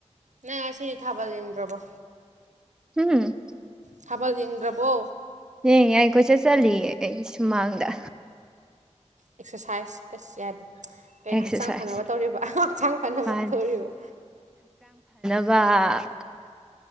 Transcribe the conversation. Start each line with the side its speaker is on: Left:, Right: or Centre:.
Right: ꯅꯪ ꯉꯁꯤꯁꯨ ꯊꯥꯕ ꯂꯦꯡꯗ꯭ꯔꯕꯣ
Centre: ꯎꯝ
Right: ꯊꯥꯕꯜ ꯌꯦꯡꯗ꯭ꯔꯕꯣ
Centre: ꯍ ꯌꯥꯏ ꯀꯣꯏꯆꯠ ꯆꯠꯂꯤꯌꯦ ꯑꯩ ꯁꯨꯃꯥꯡꯗ
Right: ꯑꯦꯛꯁꯔꯁꯥꯏꯁ ꯑꯁ ꯌꯥꯗꯦ ꯀꯩ
Centre: ꯑꯦꯛꯁꯔꯁꯥꯏꯁ
Right: ꯍꯛꯆꯥꯡ ꯐꯅꯕ ꯇꯧꯔꯤꯕ ꯍꯛꯆꯥꯡ ꯐꯅꯕ
Centre: ꯃꯥꯅꯦ
Right: ꯇꯧꯔꯤꯕ
Centre: ꯋꯥ